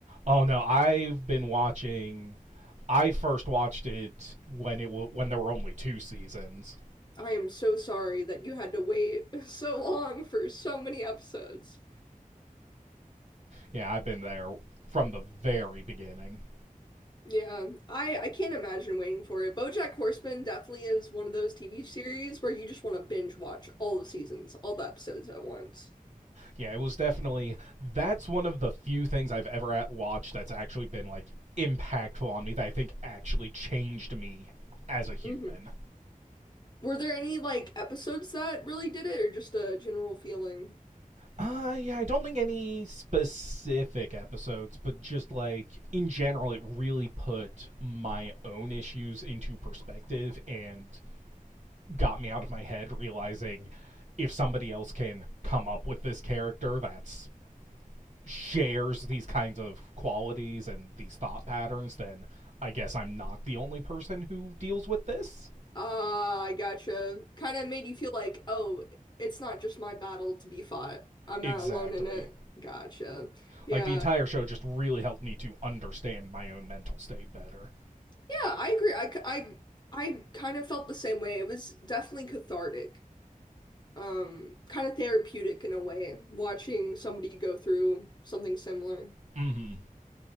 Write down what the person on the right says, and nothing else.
Oh no, I've been watching. I first watched it when it w- when there were only two seasons.
Yeah, I've been there from the very beginning.
Yeah, it was definitely that's one of the few things I've ever at- watched that's actually been like impactful on me that I think actually changed me as a human.
Uh, yeah, I don't think any specific episodes, but just like in general, it really put my own issues into perspective and got me out of my head realizing if somebody else can come up with this character that's shares these kinds of qualities and these thought patterns, then I guess I'm not the only person who deals with this.
Exactly.
Like the entire show just really helped me to understand my own mental state better.
Mm hmm.